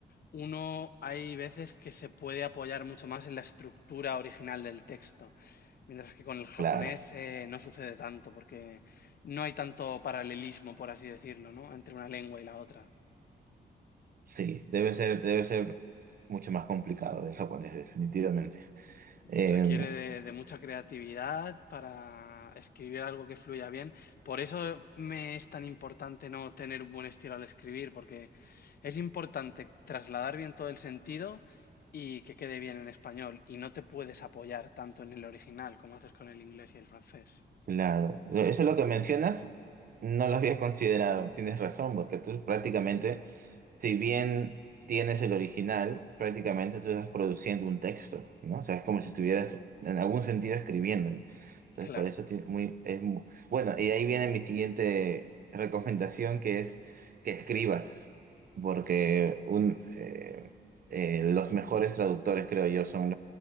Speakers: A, on the left; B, on the right.
A: uno hay veces que se puede apoyar mucho más en la estructura original del texto. Mientras que con el japonés
B: claro,
A: eh, no sucede tanto, porque no hay tanto paralelismo, por así decirlo, ¿no? Entre una lengua y la otra.
B: sí, debe ser, debe ser mucho más complicado el japonés, definitivamente. Em,
A: Requiere de, de mucha creatividad para escribir algo que fluya bien. Por eso me es tan importante no tener un buen estilo al escribir, porque es importante trasladar bien todo el sentido y que quede bien en español. Y no te puedes apoyar tanto en el original como haces con el inglés y el francés.
B: Claro, e-, eso es lo que mencionas, no lo había considerado, tienes razón, porque tú prácticamente, si bien tienes el original, prácticamente tú estás produciendo un texto, ¿no? O sea, es como si estuvieras en algún sentido escribiéndolo. Entonces,
A: Claro,
B: por eso tiene muy, es mu- bueno, y ahí viene mi siguiente recomendación, que es que escribas, porque un, eh, eh, los mejores traductores, creo yo, son